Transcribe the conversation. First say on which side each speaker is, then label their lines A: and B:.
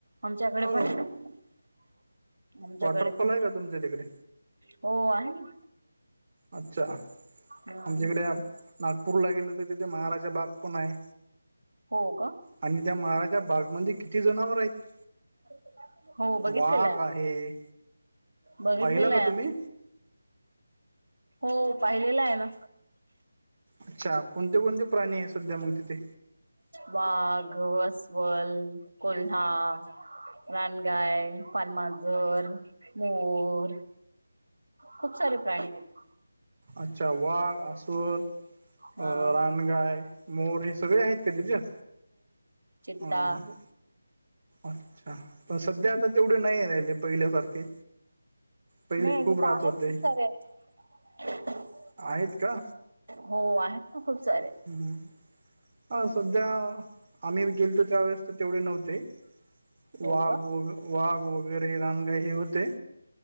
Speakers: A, on the right (about 80°); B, on the right (about 40°).
A: आमच्याकडे
B: हो
A: पण <inaudible> आमच्याकडे
B: वॉटरफॉल
A: पण
B: आहे का तुमच्या तिकडे
A: हो आहे ना
B: अच्छा
A: हम्म
B: आमच्याकडे नागपूरला गेलं तर तिथे महाराजा बाग पण आहे
A: हो का
B: <inaudible> आणि त्या महाराजा बागमध्ये किती जनावर आहेत
A: <inaudible> हो बघितलेलं.
B: वाघ आहे
A: बघितलेलंय.
B: पाहिला का तुम्ही
A: हो पाहिलेला आहे ना
B: अच्छा कोणते -कोणते प्राणी आहे सध्या मग तिथे.
A: वाघ, असवल, कोल्हा,. रानगाय, पान मांजर, मोर खूप सारे प्राणी आहेत
B: अच्छा वाघ, अस्वल
A: हा
B: अ रानगाय, मोर हे सगळे आहेत का त्याच्यात
A: चित्ता
B: हम्म अच्छा पण सध्या आता
A: हम्म
B: तेवढे नाही राहिले पहिल्यासारखे. पहिले
A: मी
B: खूप
A: तिथं
B: राहत
A: आहेत
B: होते
A: खूप सारे <inaudible>
B: आहेत का?
A: हो आहेत ना खूप सारे
B: <unintelligible> हा
A: हम्म
B: सध्या आम्ही गेलतो त्या वेेळेस तर तेवढे नव्हते. वाघ
A: हो का
B: वग वाघ वगैरे रानगाय हे होते.